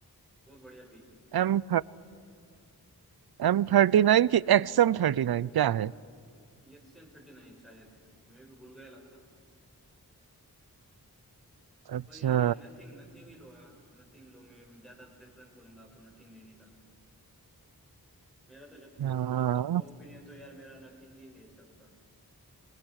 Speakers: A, in the centre; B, on the right (about 75°).
A: बहुत बढ़िया पीसी
B: एम एम थर्टी नाइन की एक्स एम थर्टी नाइन क्या है
A: एक्स एम थर्टी नाइन शायद मैं भी भूल गया लगता
B: अच्छा
A: पर यार ये नथिंग नथिंग ही लो आप नथिंग लो मैं ज्यादा प्रेफरेंस करूंगा आपको नथिंग लेने का मेरा तो जब
B: हाँ
A: पूरा सबका ओपिनियन तो यार मेरा नथिंग ही है सबका